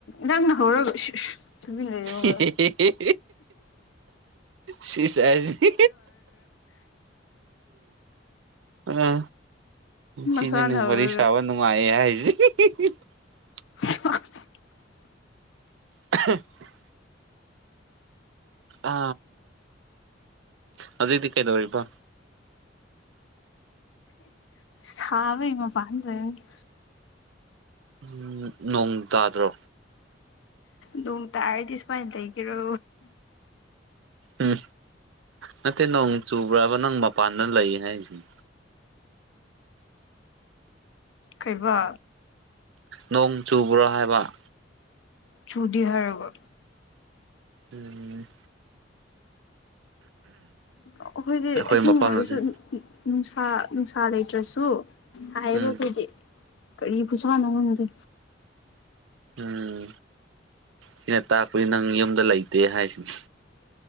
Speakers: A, on the left (about 80°); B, on the right (about 80°).
A: ꯅꯪ ꯍꯔꯒ ꯂꯩꯕ
B: ꯂꯩꯌꯨ ꯁꯤꯁꯥꯁꯤ ꯑ ꯁꯤꯅꯤꯅꯦ
A: ꯃꯁꯥꯅ ꯍꯧꯔꯒ
B: ꯋꯥꯔꯤ ꯁꯥꯕ ꯅꯨꯡꯉꯥꯏꯌꯦ ꯍꯥꯏ <unintelligible>
A: <unintelligible>
B: <unintelligible> ꯑ ꯍꯧꯖꯤꯛꯗꯤ ꯀꯩꯗꯧꯔꯤꯕ
A: ꯁꯥꯕꯒꯤ ꯃꯄꯥꯟꯗ ꯂꯩꯕꯅꯦ
B: ꯎꯝ ꯅꯣꯡ ꯇꯥꯗ꯭ꯔꯣ
A: ꯅꯨꯡ ꯇꯥꯔꯗꯤ ꯁꯨꯃꯥꯏꯅ ꯂꯩꯒꯦꯔꯣ
B: ꯎꯝ ꯅꯠꯇꯦ ꯅꯣꯡ ꯆꯨꯕ꯭ꯔꯕ ꯅꯪ ꯃꯄꯥꯟꯗ ꯂꯩ ꯍꯥꯏꯁꯤꯦ
A: ꯀꯩꯕ
B: ꯅꯣꯡ ꯆꯨꯕ꯭ꯔꯣ ꯍꯥꯏꯕꯟ
A: ꯆꯨꯗꯤ ꯍꯔꯒ
B: ꯎꯝ
A: ꯑꯩꯈꯣꯏꯗꯤ
B: ꯑꯩꯈꯣꯏ
A: ꯑꯍꯤꯡ
B: ꯃꯐꯝꯗꯗꯤ
A: ꯑꯣꯏꯔꯁꯨ ꯅꯨꯡꯁꯥ ꯅꯨꯡꯁꯥ ꯂꯩꯇ꯭ꯔꯁꯨ ꯁꯥꯏꯕ
B: ꯎꯝ
A: ꯑꯩꯈꯣꯏꯗꯤ ꯀꯔꯤ ꯈꯨꯁꯥꯅꯣ ꯈꯪꯗꯦ
B: ꯎꯝ ꯁꯤꯅ ꯇꯥꯛꯄꯗꯤ ꯅꯪ ꯌꯨꯝꯗ ꯂꯩꯇꯦ ꯍꯥꯏꯁꯤꯅꯤ